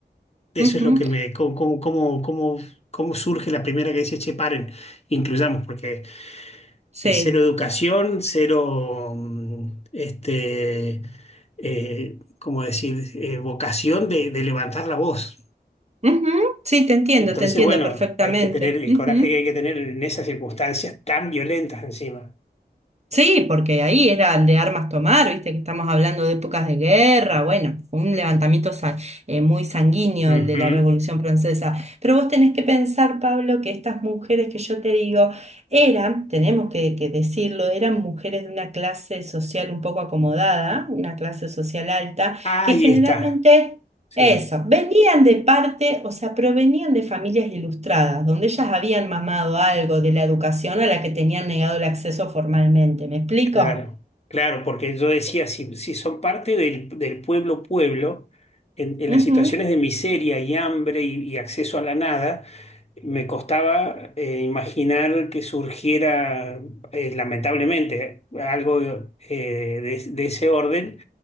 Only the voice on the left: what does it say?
eso
es lo que me... Cómo, cómo, cómo, cómo- cómo surge la primera que dice, che, paren, incluyamos, porque
eh, cero educación, cero, mm, este, eh, ¿cómo decir?, eh, vocación de, de levantar la voz.
Entonces,
bueno,
hay que tener el
coraje que hay que tener en esas circunstancias tan violentas encima.
Ujú.
Ahí
está. Sí,
claro. Claro, porque yo decía, si, si son parte del, del pueblo pueblo, en, en
las situaciones de miseria y hambre y, y acceso a la nada, Me costaba eh, imaginar que surgiera, eh, lamentablemente, algo eh, de, de ese orden